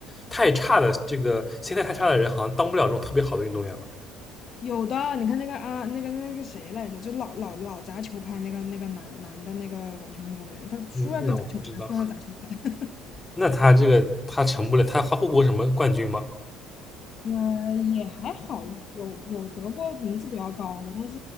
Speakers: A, on the left; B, on the left.
A: 太差的这个心态太差的人好像当不了这种特别好的运动员吧？
B: 有的，你看那个啊，那个那个谁来着，就老老老砸球拍那个那个男男的那个网球运动员，他输了就砸球拍，
A: 嗯，那我不知道。
B: 输了就砸球拍。
A: 那他这个他成不了，他他获过什么冠军吗？
B: 呃，也还好，有有得过名次比较高的，但是